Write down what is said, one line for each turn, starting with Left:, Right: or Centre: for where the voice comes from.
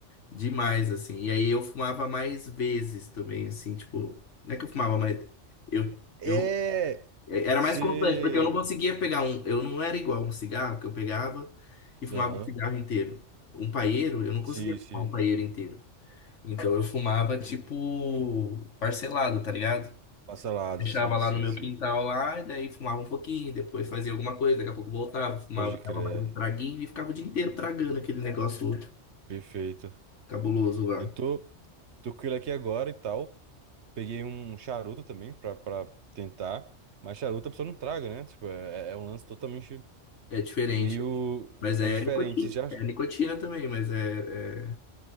Left: demais, assim. E aí eu fumava mais vezes também, assim, tipo, não é que eu fumava mais. Eu,
Right: É.
Left: eu é, era
Right: Se.
Left: mais constante, porque eu não conseguia pegar um. Eu não era igual um cigarro que eu pegava e fumava
Right: Aham.
Left: um cigarro inteiro. Um paeiro, eu não conseguia
Right: sim sim
Left: fumar um paeiro inteiro. Então eu fumava, tipo, parcelado, tá ligado?
Right: Parcelado,
Left: Deixava
Right: sim
Left: lá
Right: sim
Left: no meu
Right: sim
Left: quintal lá, e daí fumava um pouquinho, depois fazia alguma coisa, daqui a pouco voltava, fumava,
Right: Pode crer.
Left: dava mais um traguinho e ficava o dia inteiro tragando aquele negócio
Right: Perfeito.
Left: cabuloso lá.
Right: Eu tô, tô com ele aqui agora e tal. Peguei um charuto também pra, pra tentar. Mas charuto a pessoa não traga, né? Tipo, é, é é um lance totalmente
Left: É diferente.
Right: meio.
Left: Mas
Right: É
Left: é
Right: diferente.
Left: nicotina.
Right: Você Já...
Left: É nicotina também, mas é, é,